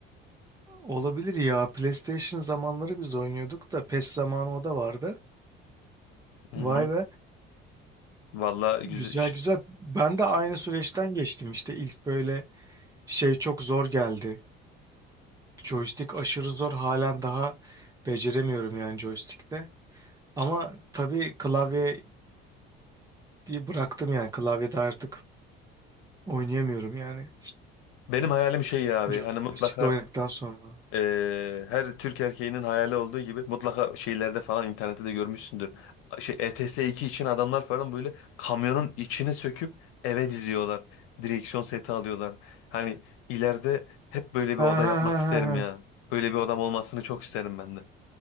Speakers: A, on the right; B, on the left.
A: olabilir ya. PlayStation zamanları biz oynuyorduk da PES zamanı o da vardı.
B: Hı
A: Vay
B: hı.
A: be.
B: Valla güzel.
A: Güzel
B: Ş-
A: güzel. Ben de aynı süreçten geçtim işte. İlk böyle şey çok zor geldi. Joystick aşırı zor. Halen daha beceremiyorum yani joystick'te. Ama tabii klavye bıraktım yani. Klavyede artık oynayamıyorum yani.
B: Benim hayalim şey ya abi
A: Joystick'le
B: hani mutlaka
A: oynadıktan sonra.
B: Ee, her Türk erkeğinin hayali olduğu gibi mutlaka şeylerde falan internette de görmüşsündür. Şey ETS2 için adamlar falan böyle kamyonun içini söküp eve diziyorlar. Direksiyon seti alıyorlar. Hani ileride hep böyle bir
A: Ha
B: oda
A: ha
B: yapmak
A: ha
B: isterim
A: ha.
B: ya.
A: ha.
B: Böyle bir odam olmasını çok isterim ben de.